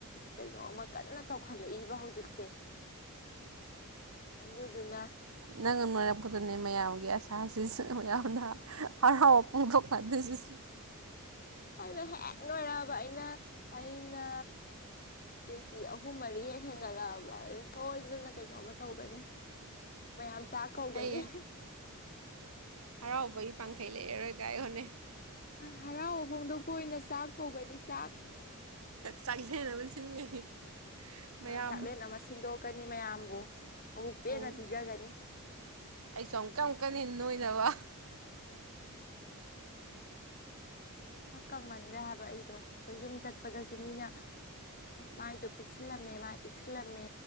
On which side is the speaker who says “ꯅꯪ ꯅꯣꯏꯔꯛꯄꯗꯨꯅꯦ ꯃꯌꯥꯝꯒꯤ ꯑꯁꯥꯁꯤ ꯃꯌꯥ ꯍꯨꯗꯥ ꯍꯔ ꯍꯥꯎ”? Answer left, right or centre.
Right